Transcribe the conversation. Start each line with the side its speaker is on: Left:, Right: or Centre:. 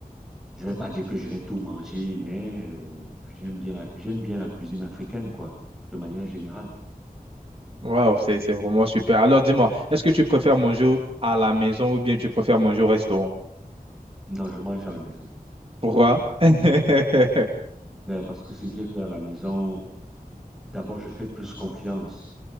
Centre: Je vais pas dire que je vais tout manger, mais euh, j'aime bien la, j'aime bien la cuisine africaine, quoi, de manière générale.
Right: Waouh, c'est c'est vraiment super. Alors, dis-moi, est-ce que tu préfères manger à la maison ou bien tu préfères manger au restaurant?
Centre: Non, je mange à la maison.
Right: Pourquoi? <laughs>
Centre: Ben, parce que ce qui est fait à la maison, d'abord, je fais plus confiance